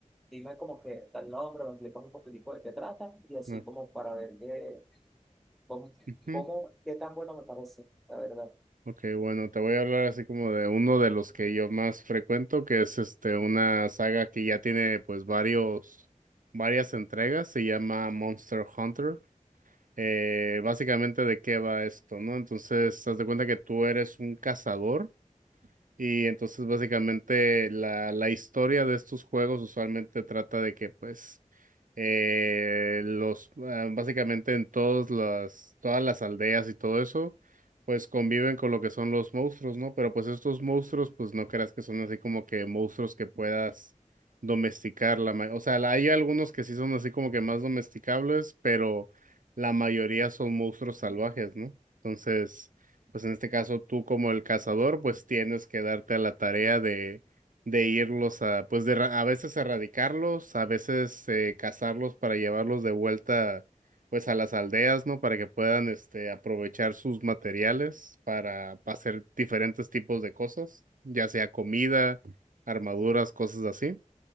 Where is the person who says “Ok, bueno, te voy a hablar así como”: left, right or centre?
Right